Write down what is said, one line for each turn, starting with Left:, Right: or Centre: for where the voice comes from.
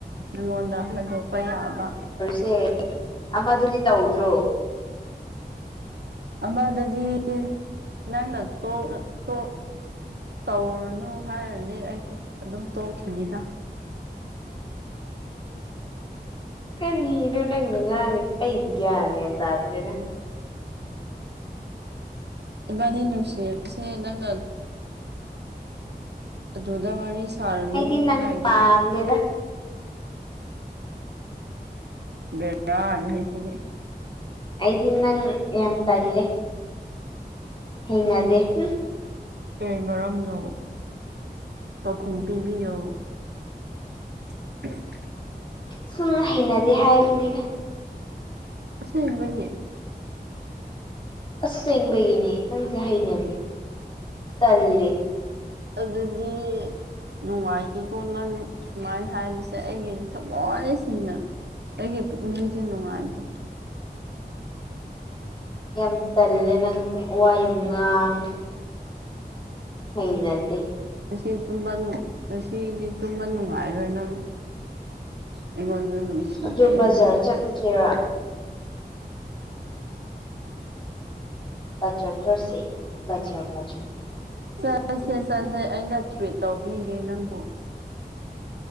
Right: ꯅꯪꯉꯣꯟꯗ ꯍꯟꯗꯣꯛꯄ ꯌꯥꯕ
Left: ꯑꯦ ꯑꯃꯗꯨꯗꯤ ꯇꯧꯗ꯭ꯔꯣ꯫
Right: ꯎꯝ ꯑꯃꯗꯨꯗꯤ ꯅꯪꯅ ꯇꯣꯛ ꯇꯣꯛ ꯇꯧꯔꯨꯅꯨ ꯍꯥꯏꯔꯗꯤ ꯑꯩꯁꯨ ꯑꯗꯨꯝ ꯇꯣꯛꯈꯤꯅꯤꯗ
Left: ꯀꯔꯤꯅꯣ ꯅꯪꯅꯥ ꯉꯡꯉꯤꯗꯣ ꯑꯩ ꯒꯌ꯭ꯥꯟꯃꯟ ꯇꯥꯗ꯭ꯔꯦꯗ
Right: ꯏꯕꯥꯅꯤ ꯅꯨꯡꯁꯤꯅꯕꯁꯦ ꯅꯪꯅ ꯑꯗꯨꯗ ꯋꯥꯔꯤ ꯁꯥꯔꯅꯨ
Left: ꯑꯩꯗꯤ ꯅꯪ
Right: ꯍꯥꯏꯔꯗꯤ
Left: ꯄꯥꯝꯗꯦꯗ
Right: ꯑꯩꯗꯤ ꯇꯣ ꯕꯦꯔꯥꯅꯤꯍꯦ ꯁꯤꯗꯤ
Left: ꯑꯩꯗꯤ ꯅꯪ ꯌꯥꯝ ꯇꯜꯂꯦ ꯍꯩꯅꯗꯦ ꯍꯨꯡ
Right: ꯀꯌꯤ ꯃꯔꯝꯅꯣ ꯄꯥꯎꯈꯨꯝ ꯄꯤꯕꯤꯌꯣ <inaudible>
Left: ꯁꯨꯝ ꯍꯩꯅꯗꯦ ꯍꯥꯏꯕꯅꯤꯗ
Right: ꯑꯁꯦꯡꯕꯒꯤ
Left: ꯑꯁꯕꯒꯤꯅꯤ ꯅꯪꯁꯦ ꯍꯩꯅꯗꯦ ꯇꯜꯂꯦ
Right: ꯑꯗꯨꯗꯤ ꯅꯨꯡꯉꯥꯏꯇꯦꯀꯣ ꯅꯪ ꯁꯨꯃꯥꯏꯅ ꯍꯥꯏꯕꯁꯦ ꯑꯩꯒꯤꯗꯤ ꯊꯃꯣꯏꯁꯦꯡꯅ ꯑꯩꯒꯤ ꯄꯨꯛꯅꯤꯡꯁꯦ ꯅꯨꯡꯉꯥꯏꯇꯦ
Left: ꯌꯥꯝ ꯇꯜꯂꯦ ꯅꯪ ꯋꯥ ꯌꯥꯝ ꯉꯥꯡꯉꯦ ꯍꯩ ꯅꯗꯦ
Right: ꯉꯁꯤ ꯇꯨꯝꯕ ꯅꯨꯡ ꯉꯁꯤꯒꯤꯗꯤ ꯇꯨꯝꯕ ꯅꯨꯡꯉꯥꯏꯔꯣꯏ ꯅꯪ ꯑꯩꯉꯣꯟꯗ ꯅꯨꯡꯁꯤꯗꯦ
Left: ꯑꯗꯨ ꯕꯖꯥꯔ
Right: ꯍꯥꯏꯕꯒꯤ
Left: ꯆꯠꯂꯨꯁꯤꯔ ꯐꯖꯗ꯭ꯔꯥꯁꯤ ꯐꯖ ꯐꯖ
Right: ꯆꯠꯁꯦ ꯆꯠꯁꯦ ꯑꯩꯅ ꯇ꯭ꯔꯤꯠ ꯇꯧꯕꯤꯒꯦ ꯅꯪꯕꯨ